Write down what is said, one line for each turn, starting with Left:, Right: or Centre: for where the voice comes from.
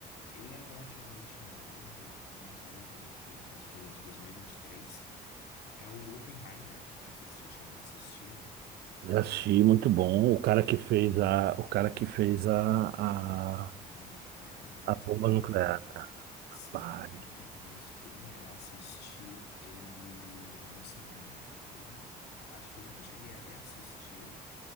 Left: ele é relativamente novo, não saiu faz muito tempo, acho que ele é de 2023. É o Oppenheimer, não sei se você já chegou a assistir.
Right: Já assisti, muito bom. O cara que fez a, o cara que fez a, a,
Left: Bomba nuclear durante
Right: a bomba
Left: a Segunda
Right: nuclear,
Left: Guerra.
Right: cara.
Left: Sim,
Right: Pai,
Left: é muito bom esse filme. Eu assisti ele no cinema mesmo. Acho que eu nunca cheguei a reassistir,